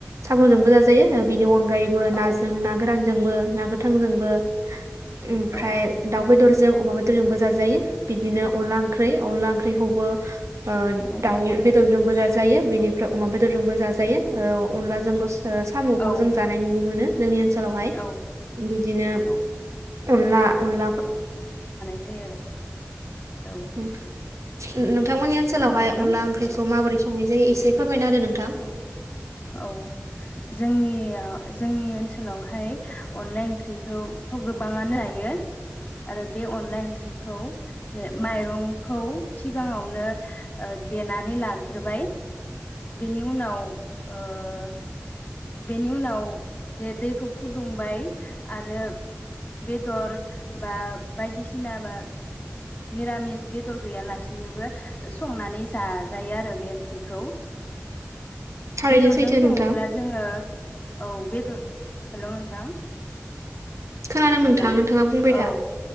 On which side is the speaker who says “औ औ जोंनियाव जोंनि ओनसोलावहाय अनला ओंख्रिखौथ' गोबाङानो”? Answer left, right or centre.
Left